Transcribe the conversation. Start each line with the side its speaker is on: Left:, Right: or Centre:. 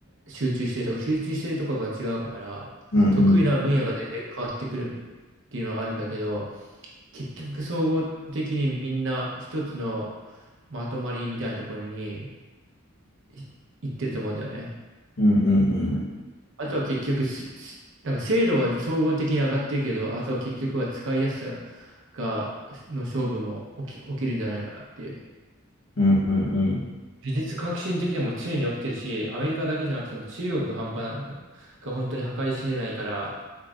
Right: 集中してるとか、集中してるところが違うから、
Left: うんうん
Right: 得意な分野が全然変わってくるっていうのはあるんだけど、結局総合的にみんな一つのまとまりみたいなところにい行ってると思うんだよね。
Left: うんうん
Right: あとは結局す、すなんか精度は総合的に上がってるけど、あとは結局は使いやすさが、の勝負も起き、起きるんじゃないかなっていう。
Left: うんうんうんうん。
Right: 技術革新的にも常に起きてるし、アメリカだけじゃなくても中国が半端な、が本当に計り知れないから、